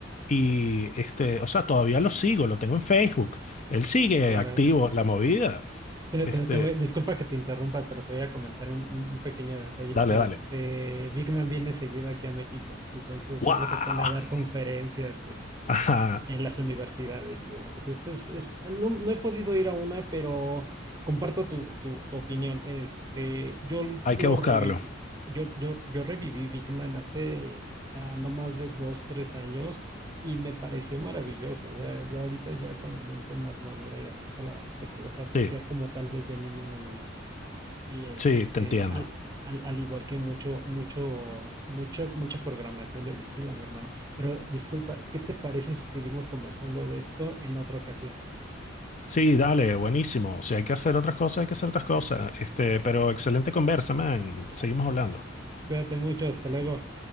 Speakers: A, on the left (about 40°); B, on the right (about 20°).
A: Y este, o sea, todavía lo sigo, lo tengo en Facebook. Él sigue
B: claro.
A: activo en la movida.
B: Te-
A: Este,
B: te- te voy- disculpa que te interrumpa, pero te voy a comentar un, un- un pequeño detalle.
A: dale,
B: Este,
A: dale.
B: Big Man viene seguido aquí a México, entonces
A: ¡Wow!
B: luego se pone a dar
A: <laughs>
B: conferencias, este,
A: Ajá,
B: en las universidades y demás. Es- es- es- no, no he podido ir a una, pero comparto tu, tu, tu opinión. Este, yo
A: hay
B: lo
A: que buscarlo.
B: reviví, yo, yo, yo reviví Big Man hace ah, no más de dos, tres años. Y me pareció maravilloso. O sea, yo ahorita ya con la mente más madura y adulta, la verdad es que lo sé apreciar
A: Sí,
B: como tal vez de niño no lo hice. Y este,
A: sí, te entiendo.
B: al, al, al igual que mucho, mucho, mucho, mucha programación del estilo, mi hermano. Pero disculpa, ¿qué te parece si seguimos conversando de esto en otra ocasión?
A: Sí, dale, buenísimo. Si hay que hacer otras cosas, hay que hacer otras cosas. Este, pero excelente conversa, man. Seguimos hablando.
B: Cuídate mucho, hasta luego.